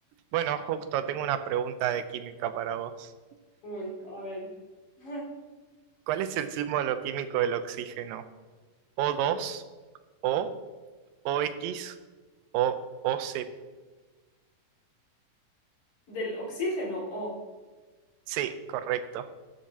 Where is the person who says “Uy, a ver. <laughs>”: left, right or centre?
Left